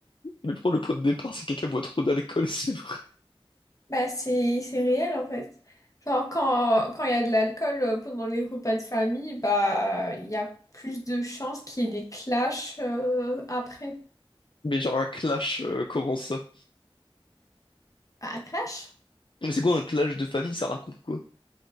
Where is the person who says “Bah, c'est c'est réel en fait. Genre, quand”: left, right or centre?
Left